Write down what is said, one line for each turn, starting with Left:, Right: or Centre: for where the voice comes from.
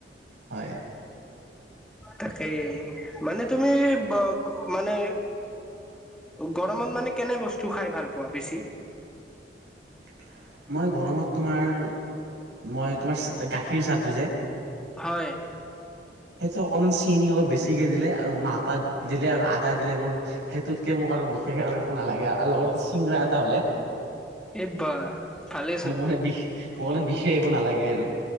Right: হয়
Centre: তাকেই মানে তুমি মানে গৰম ত মানে কেনে বস্তু খাই ভাল পোৱা বেছি?
Right: <inaudible> মই গৰমত তোমাৰ মই তোমাৰ গাখীৰ চাহটো যে
Centre: হয়।
Right: সেইটো অকমান চেনি অলপ বেছিকে দিলে আৰু মাহপাত দিলে আৰু আদা দিলে মোৰ সেইটোতকে মোৰ বিশেষ আৰু একো নালাগে আৰু লগত এটা চিংৰা এটা হলে।
Centre: এই বা ভালেইচোন
Right: মোৰ মানে বি মোৰ মানে বিশেষ একো নালাগে আৰু।